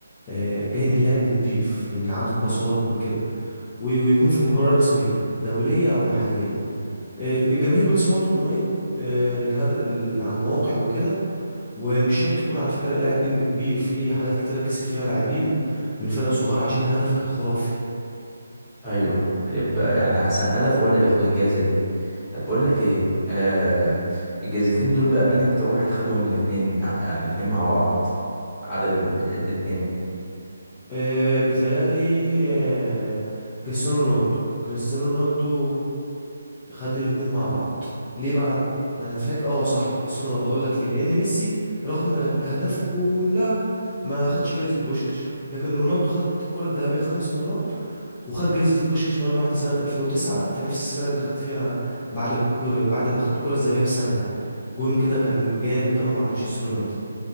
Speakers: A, on the left; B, in the centre.
A: آه، جاي من لعب نضيف من عدد باصات من كده وي- ويكون في مباراه رسميه دوليه او محليه آه، الجماهير بتصوت اونلاين للهدف على المواقع وكده ومش شرط يكون على فكره لاعب نجم كبير في حالات كتيره كسب فيها لاعبين من فرق صغيره عشان الهدف كان خرافي
B: ايوه يبقى يعني احسن هدف هو اللي بياخد الجائزه دي طب بقول لك ايه آه الجائزتين دول بقى مين اكتر واحد خدهم الاتنين يعني الاتنين مع بعض عدد ال- الاتنين
A: آه، بيتهيألي آه، كريستيانو رونالدو كريستيانو رونالدو خد الاتنين مع بعض ليه بقى انا فاكر اه صح كريستيانو رونالدو اقول لك ليه لان ميسي رغم اهدافه كلها ما خدش جايزة بوشكاش لكن رونالدو خد الكرة الذهبية خمس مرات وخد جايزة بوشكاش مرة واحدة سنة 2009 في نفس السنة اللي خد فيها بعد الكرة بعد ما خد الكرة الذهبية بسنة يعني جون كده كان جامد قوي مع مانشستر يونايتد